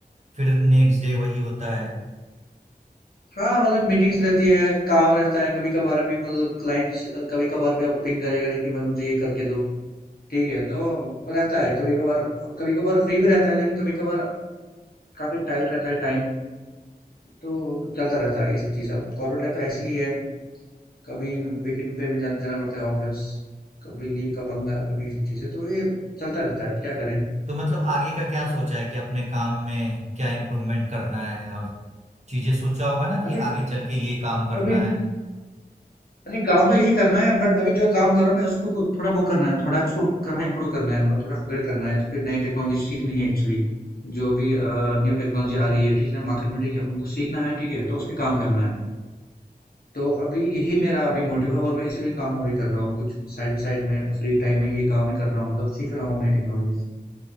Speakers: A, on the right; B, on the left.
A: फिर नेक्स्ट डे वही होता है
B: हाँ मतलब मीटिंग्स रहती है काम रहता है कभी कभार भी मतलब क्लाइंट्स कभी कभार भी आपको पिंग करेगा कि मैं मुझे ये करके दो ठीक है तो रहता है कभी कभार कभी कभार फ्री भी रहता है लेकिन कभी कभार काफी टाइट रहता है टाइम तो चलता रहता है ये सब चीज़ अब कॉर्पोरेट लाइफ तो ऐसी ही है कभी वीकेंड पे भी जा, जाना पड़ता है ऑफिस कभी लीव का पंगा कभी ये सब चीज़ें तो ये चलता रहता है क्या करें
A: तो मतलब आगे का क्या सोचा है कि अपने काम में क्या इम्प्रूवमेंट करना है और चीजें सोचा होगा ना कि
B: अभी
A: आगे चल के ये काम करना
B: अभी
A: है
B: नहीं काम तो यही करना है बट अभी जो काम कर रहा हूँ मैं उसको खुद थोड़ा वो करना है थोड़ा उसको करना है इम्प्रूव करना है मतलब थोड़ा अपग्रेड करना है फिर नई टेक्नोलॉजी सीखनी है एक्चुअली जो भी न्यू टेक्नोलॉजी आ रही है ठीक है मार्केट में ठीक है उनको सीखना है ठीक है तो उस पर काम करना है तो अभी यही मेरा अभी मोटिव है और मैं इसी पे काम अभी कर रहा हूँ कुछ साइड बाई साइड में फ्री टाइम में ये काम ही कर रहा हूँ मतलब सीख रहा हूँ नई टेक्नोलॉजी